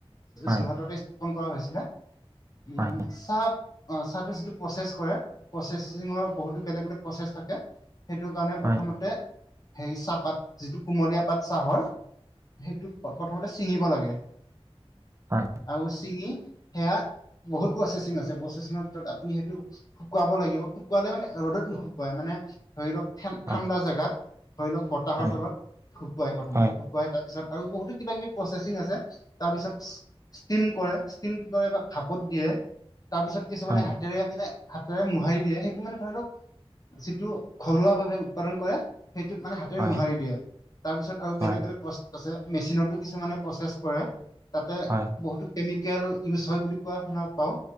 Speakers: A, on the right (about 30°); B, on the left (about 35°).
A: হয়,
B: যোৰহাটতে স্থাপন কৰা হৈছিলে। উ
A: হয়,
B: চাহ অ চাহটো যিটো প্ৰচেছ কৰে, প্ৰচেচিঙৰ বহুতো বেলেগ বেলেগ প্ৰচেছ থাকে। সেইটো কাৰণে
A: হয়,
B: প্ৰথমতে হেৰি চাহপাত যিটো কুমলীয়া পাত চাহৰ সেইটো প-প্ৰথমতে ছিঙিব লাগে।
A: হয়।
B: আৰু চিঙি সেয়া বহুত প্ৰচেচিং আছে। প্ৰচেছিঙৰ ভিতৰত আপুনি সেইটো শুকুৱাব লাগিব। শুকুৱালে মানে ৰ'দত নুশুকুৱাই মানে ধৰি লওক ঠান-ঠাণ্ডা
A: হয়,
B: জাগাত ধৰি লওক বতাহৰ
A: হয়, হয়,
B: তলত শুকুৱাই প্ৰথমতে।
A: হয়,
B: শুকোৱাই তাৰপিছত আৰু বহুতো কিবা-কিবি প্ৰচেছিং আছে। তাৰপিছত ষ্টিম কৰে ষ্টিম কৰে বা ভাপত দিয়ে। তাৰপিছত কিছুমানে
A: হয়,
B: হাতেৰে মানে হাতে মোহাৰি দিয়ে। সেইটো মানে ধৰি লওক যিটো ঘৰুৱা ভাৱে উৎপাদন কৰে সেইটোত মানে হাতেৰে
A: হয়, হয়, হয়,
B: মোহাৰি দিয়ে। তাৰ পিছত আৰু বেলেগ
A: হয়,
B: বেলেগ প্ৰচেছ আছে। মেচিনটো কিছুমানে প্ৰচেছ কৰে। তাতে
A: হয়,
B: বহুতো কেমিকেল ইউজ হয় বুলি কোৱা শুনা পাওঁ